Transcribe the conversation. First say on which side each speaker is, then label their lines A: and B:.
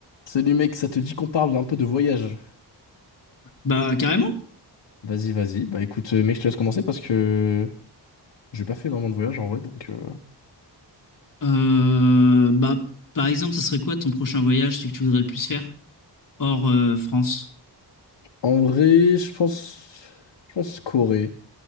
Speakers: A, on the left; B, on the left.
A: Salut mec, ça te dit qu'on parle un peu de voyage?
B: Bah, carrément.
A: Vas-y, vas-y. Bah écoute, euh, mec, je te laisse commencer parce que j'ai pas fait énormément de voyages en vrai, donc... euh,
B: Euh, bah, par exemple, ça serait quoi ton prochain voyage, celui que tu voudrais le plus faire? Hors euh, France.
A: En vrai, je pense... Je pense Corée.